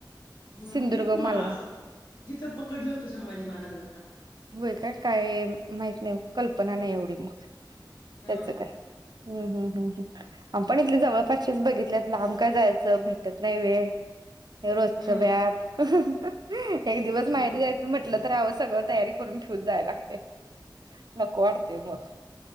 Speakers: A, on the left; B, on the right.
A: ह
B: सिंधुदुर्ग
A: ते नाही का
B: मालवण
A: मा अस जिथं पकडलं होतं संभाजी महाराजांना
B: होय काय काय माहित नाही? कल्पना नाही एवढी मग
A: ह
B: त्याच काय हम्म हम् हम्म हम आप आपण इथली जवळपासचेच बघितल्यात लांब काय जायचं भेटत नाही वेळ हे रोजच
A: ह
B: व्याप अ ह एक दिवस
A: नाही
B: माहिती जायच म्हटलं तर आव सगळं तयारी करून ठेवून जाय लागते नको वाटतय मग